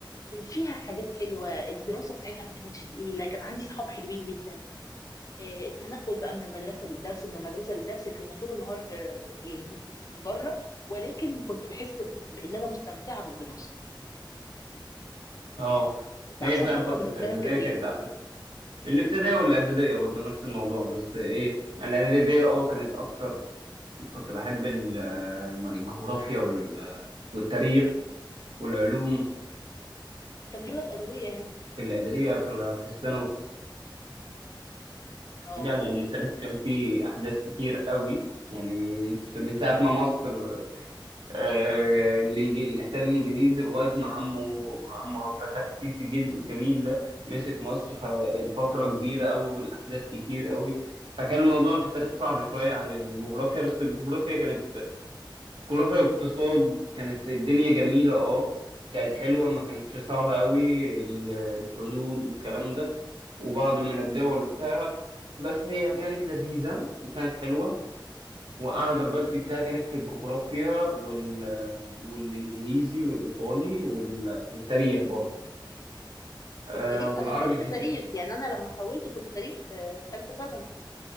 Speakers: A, on the left; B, on the right.
A: كان فيها حاجات حلوه الدراسه بتاعتها ما كانتش تقيله كان عندي صحاب حلوين جدا آه، التنقل بقى من المدرسه للدرس من المدرسه للدرس كنا طول النهار في يعني بره ولكن كنت بحس بان انا مستمتعه بالدراسه
B: أه
A: انت احسن
B: هي فعلا
A: فتره
B: فترة
A: بالنسبه
B: الإعدادية
A: لك كانت ايه
B: كانت أحسن الابتدائية والإعدادية برضه نفس الموضوع بس إيه الإعدادية أه كانت أكتر كنت بحب ال- آه، الجغرافيا وال- والتاريخ والعلوم
A: انت ميولك ادبيه يعني
B: في الإعدادية في ال- في الثانوي
A: اه
B: يعني، لأن التاريخ كان فيه أحداث كتير قوي يعني من من ساعة ما مصر آه، الإنج- اللي احتل الانجليزي لغايه ما عمه عمه عبد الفتاح السيسي جده الجميل ده مسك مصر فالفتره كبيره قوي والاحداث كتير قوي فكان الموضوع في التاريخ صعب شويه عن الجغرافيا بس الجغرافيا كانت جغرافيا واقتصاد كانت الدنيا جميله اه كانت حلوه ما كانتش صعبه قوي ال- الحدود والكلام ده وبعض من الدول وبتاع بس هي كانت لذيذه وكانت حلوه وأعلى درجات جبتها كانت في الجغرافيا وال... والإنجليزي والإيطالي وال... والتاريخ برضه أه
A: والتاريخ
B: والعربي
A: انا كنت
B: ما كانش
A: تاريخ
B: أحسن
A: يعني انا لما حولت كنت تاريخ آه، في ثالثه ثانوي